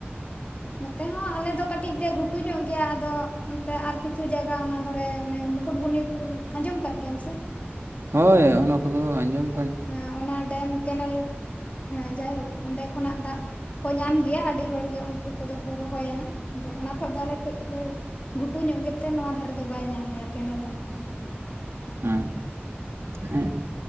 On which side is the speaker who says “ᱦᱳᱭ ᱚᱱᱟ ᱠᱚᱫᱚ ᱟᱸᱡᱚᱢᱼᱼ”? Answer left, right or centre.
Right